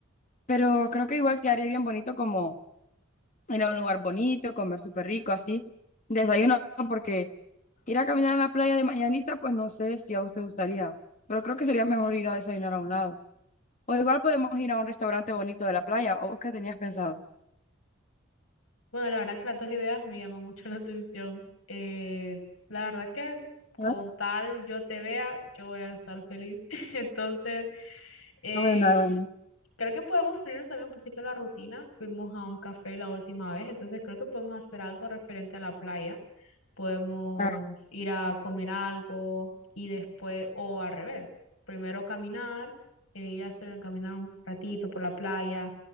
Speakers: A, on the left (about 35°); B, on the left (about 85°).
A: pero creo que igual quedaría bien bonito como ir a un lugar bonito, comer súper rico, así, desayuno, porque ir a caminar a la playa de mañanita, pues no sé si a vos te gustaría, pero creo que sería mejor ir a desayunar a un lado. O igual podemos ir a un restaurante bonito de la playa, o vos qué tenías pensado.
B: Bueno, la verdad que las dos ideas me llaman mucho <laughs> la atención. Eh, la verdad que con
A: Ah,
B: tal yo te vea, yo voy a estar feliz. <laughs> Entonces... Eh,
A: ah, bueno, ah, bueno.
B: Creo que podemos salirnos también un poquito de la rutina. Fuimos a un café la última vez, entonces creo que podemos hacer algo referente a la playa. Podemos
A: Ah,
B: ir a comer algo y después, o al revés, primero caminar, eh, ir a hacer, caminar un ratito por la playa